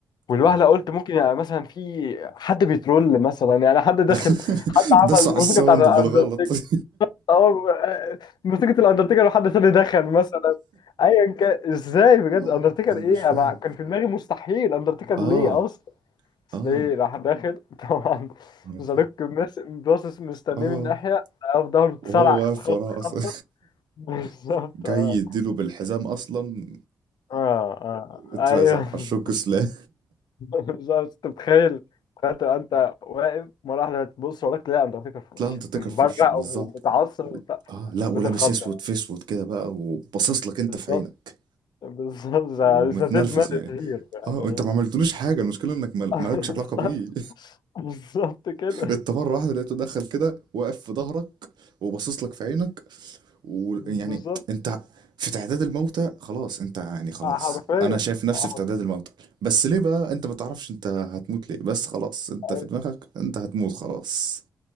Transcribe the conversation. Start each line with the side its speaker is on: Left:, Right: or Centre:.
Left: والوهلة
Right: اه
Left: قلت ممكن يعني مثلا في حد بيترول مثلا يعني حد داخل
Right: <laughs>
Left: حد
Right: دسوا
Left: عمل الموسيقى
Right: على الساوند
Left: بتاع الاندرتيكر
Right: بالغلط <laughs>
Left: اه آه، موسيقى الاندرتيكر وحد تاني دخل مثلا ايا كان ازاي بجد
Right: اه
Left: اندرتيكر
Right: انا
Left: ايه
Right: مش فاهم
Left: انا كان في دماغي مستحيل اندرتيكر
Right: اه
Left: ليه اصلا سلي
Right: اه
Left: راح داخل <laughs> طبعا
Right: اه
Left: زاروك ماس- باصص مستنيه
Right: اه
Left: من ناحية في ظهره اتسرع
Right: وهو واقف
Left: خط
Right: وراه اصلا
Left: خطة <laughs> بالظبط
Right: <laughs> جاي
Left: اه
Right: يديله بالحزام اصلا
Left: اه اه ايوه
Right: اترزع على الشوك سلام
Left: <laughs> بالظبط انت متخيل تخيل تبقى انت واقف مرة واحدة تبص وراك تلاقي اندرتيكر في وشك
Right: لا انت تكر
Left: مبرق
Right: في وشك بالظبط
Left: ومتعصب
Right: و-
Left: وبتاع
Right: اه لا ولابس
Left: بيت الخضة
Right: اسود في اسود كده بقى وباصص لك انت
Left: بالظبط
Right: في عينك
Left: بالظبط ذا
Right: ومتنرفز
Left: ذا ديد مان
Right: يعني
Left: هير يعني
Right: اه انت ما عملتلوش حاجه المشكله انك مال-
Left: <laughs>
Right: مالكش علاقه
Left: بالظبط
Right: بيه <laughs>
Left: بالظبط كده
Right: انت مره واحده لقيته دخل كده واقف في ظهرك وباصص لك في عينك ويعني
Left: بالظبط
Right: انت في تعداد الموتى خلاص انت يعني خلاص
Left: حرفيا
Right: انا شايف نفسي
Left: آه.
Right: في تعداد الموتى بس ليه بقى انت ما تعرفش انت هتموت ليه بس خلاص انت
Left: أيوة.
Right: في دماغك انت هتموت خلاص